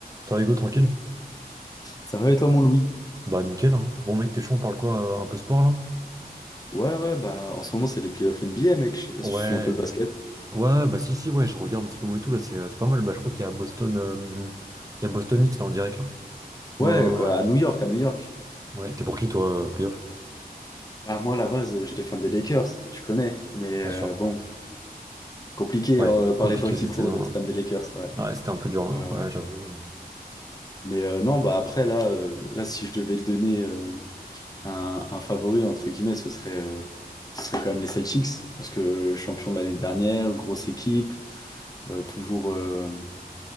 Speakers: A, on the right; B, on the left.
A: T'as Hugo tranquille?
B: Ça va et toi, mon Louis?
A: Bah nickel hein. Bon mec t'es chaud on parle quoi? euh, un peu sport là?
B: Ouais, ouais, bah en ce moment, c'est les playoffs NBA, mec. Je sais pas
A: Ouais.
B: si tu suis un peu le basket.
A: Ouais bah si si ouais je regarde en ce moment et tout là c'est euh, c'est pas mal. Bah je crois qu'il y a Boston euh, il y a Boston X là en direct là.
B: Ouais,
A: Ouais
B: quoi,
A: ouais ouais.
B: à New York, à New York.
A: Ouais, t'es pour qui toi euh, playoff?
B: Bah, moi, à la base, euh, j'étais fan des Lakers, tu connais. Mais
A: Bien
B: euh,
A: sûr.
B: bon, compliqué
A: Ouais,
B: euh, par
A: compliqué
B: les temps qui
A: cette
B: courent
A: saison
B: d'être fan des Lakers, ouais.
A: là. Ouais c'était un peu dur
B: Ouais,
A: là,
B: ouais.
A: ouais j'avoue. euh.
B: Mais euh, non, bah après, là, euh, là, si je devais te donner euh, un, un favori, entre guillemets, ce serait, euh, ce serait quand même les Celtics. Parce que champion de l'année dernière, grosse équipe, euh, toujours. euh,